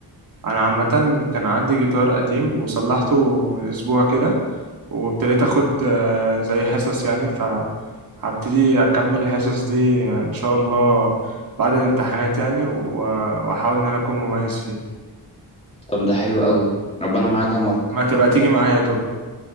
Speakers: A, on the right (about 55°); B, on the left (about 15°).
A: انا عامة كان عندي جيتار قديم وصلحته من اسبوع كده وابتديت
B: مم.
A: اخد آه، زي حصص يعني فهبتدي اكمل الحصص دي آه، ان شاء الله بعد الامتحانات يعني و- واحاول ان انا اكون مميز فيه
B: طب ده حلو قوي ربنا معاك يا مارك
A: ما تبقى تيجي معايا طب